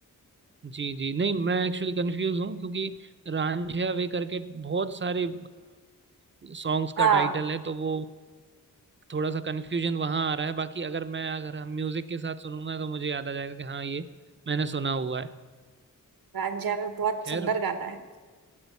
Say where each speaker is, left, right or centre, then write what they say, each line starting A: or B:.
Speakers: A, on the right; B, on the right.
A: जी जी नहीं मैं एक्चुअली कंफ्यूज हूँ क्योंकि रांझिया वे करके बहुत सारे सॉन्ग्स
B: हाँ
A: का टाइटल है तो वो थोड़ा सा कन्फ्यूजन वहां आ रहा है बाकी अगर मैं अगर हम म्यूजिक के साथ सुनूंगा तो मुझे याद आ जाएगा कि हाँ ये मैंने सुना हुआ है
B: रांझा में बहुत
A: खैर
B: सुंदर गाना है